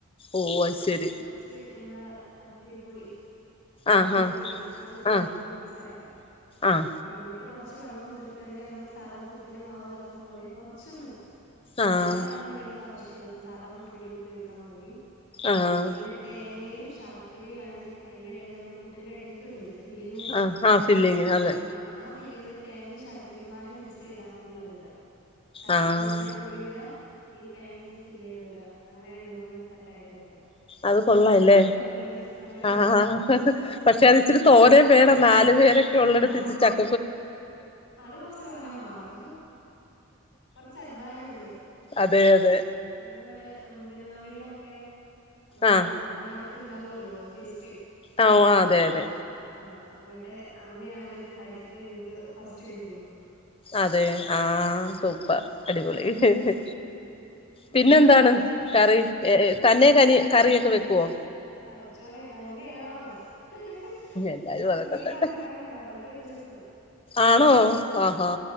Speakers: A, on the left (about 25°); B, on the left (about 85°).
A: ഓ ശെരി
B: ച്ച് നമ്മള പത്തിരിപ്പൊടി
A: ആഹ്
B: പന്മപ്പൊടി അത് ചേർത്തൊന്ന്
A: ആഹ്
B: മിക്സ് ആക്കാം
A: ആഹ്
B: എന്നിട്ട് കുറച്ച് വെള്ളം കുതിർത്തേണ്ടി നമ്മള് സാധാ പുട്ടിന് മാവ്താക്കും പോലെ കുറച്ചൊന്ന്
A: ആഹ് ആഹ്
B: വെല്ലാ വെള്ളം തിനെക്ക് ആവശ്യല്ല നമ്മള് സാധാ പുട്ടുപൊടിക്ക് ഉപയോഗിക്കണ മാതിരി
A: ആഹ്
B: പിന്നെ തേങ്ങയും ശർക്കരയും ആണ് അതിന്റെ ഇടൽ നമ്മള് പുട്ടിറെ ഇടേക്ക ഇടൂലേ ഫില്ലിങ്
A: ആഹ് ആഹ് ഫില്ലിങ് അതെ
B: ആഹ് ആ ഫില്ലിങ് ല് തേങ്ങയും ശർക്കരരിമ്പാട് മിക്സ് ചെയ്താണ്ടുള്ളത് ഇട ചക്കക്കുരുവിന്റെ
A: ആഹ്
B: ആ പൊടി ഇടുക ഈ തേങ്ങ ഇത് ഫില്ല് ചെയ്ത ഇടുക അങ്ങനെ രണ്ട് മൂന്ന് തട്ടായിട്ട് വെക്കാം
A: അത് കൊള്ളാല്ലേ
B: ണ്ട് <unintelligible> നല്ലെ
A: ആഹ് പക്ഷെ അത് ഇച്ചിരി തോന്നേ വേണം നാല് പേരൊക്കെ ഉള്ളടുത്ത്
B: ആ
A: ഇച്ച് ചക്ക
B: അത് കൊറച്ച്തോനെ വാണം കൊറച്ച് അധ്വാനം ഉണ്ട്
A: അതെ അതെ
B: ഞങ്ങളിവിടെ അംഗൻവാടിയിലൊക്കെ നമ്മക്ക്
A: ആഹ്
B: അമ്മമാർ ക്ക് ഇണ്ടാവൊല്ലോ ഒരു ഫെസ്റ്റ്
A: ആഹ് ഉവ്വ് അതെ അതെ
B: ആഹ് അങ്ങ്ട്ട് അന്ന് ഞാന് ഇത്ണ്ടാക്കിയപ്പോ ഇൻക്ക് ഫസ്റ്റ് കിട്ടീനു
A: അതെ ആഹ് സൂപ്പർ അടിപൊളി ഹ് ഹ് പിന്നെന്താണ് കറി എ ഏ തന്നെ കനി കറി ഒക്കെ വെക്കുവോ?
B: പടച്ചോന്നേ തന്നെയോ ഹ് ഹ്
A: എല്ലാരും
B: ഇന്ന്പ്പോ ഇനി
A: അതൊക്കെ
B: മീൻ
A: തന്നെ
B: വറക്കാന്ണ്ട് വള്ളത്തി ത്തിട്ടച്ച്ടൊള്ളു
A: ആണോ ആഹാ